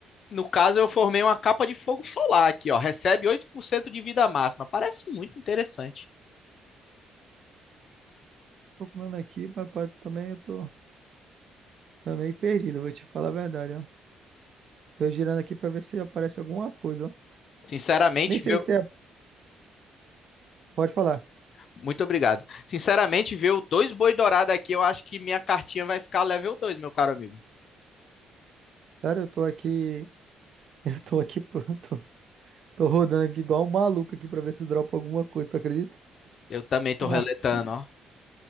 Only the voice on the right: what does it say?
Tô comendo aqui, mas pa- também eu tô, tô meio perdido, vou te falar a verdade, ó. Tô girando aqui pra ver se aparece alguma coisa, ó.
Nem sei
se é. Pode falar.
Cara, eu tô aqui. <laughs> Eu tô aqui pronto. Tô rodando aqui igual um maluco aqui pra ver se dropa alguma coisa, tu acredita?
Na
fita.